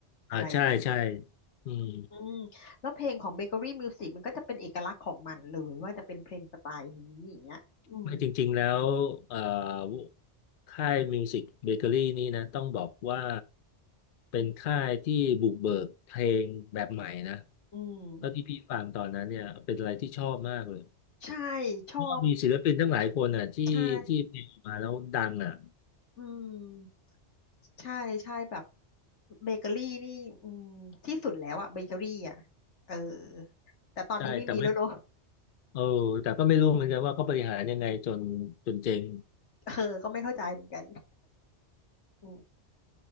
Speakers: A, on the left (about 80°); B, on the left (about 55°).
A: อะไรอย่างเงี้ย
B: อ่าใช่ใช่อืม
A: อืมแล้วเพลงของเบเกอรี่มิวสิกมันก็จะเป็นเอกลักษณ์ของมันเลยว่าจะเป็นเพลงสไตล์นี้อย่างเงี้ยอืม
B: ไม่จริงๆแล้วเอ่อค่ายมิวสิกเบเกอรี่นี่นะต้องบอกว่าเป็นค่ายที่บุกเบิกเพลงแบบใหม่นะ
A: อืม
B: แล้วที่พี่ฟังตอนนั้นเนี่ยเป็นอะไรที่ชอบมากเลย
A: ใช่ชอบ
B: เพราะว่ามีศิลปินตั้งหลายคนอ่ะที่ที่เพลงมาแล้วดังอ่ะ
A: ใช่ อืมใช่ใช่แบบเบเกอรี่นี่อืมที่สุดแล้วอะเบเกอรี่อะเออแต่ตอนนี้ไม่มีแล้วเนอะ
B: ใช่แต่ไม่เออแต่ก็ไม่รู้เหมือนกันว่าเขาบริหารยังไงจนจนเจ๊ง
A: <laughs> เออก็ไม่เข้าใจเหมือนกัน <laughs> อืม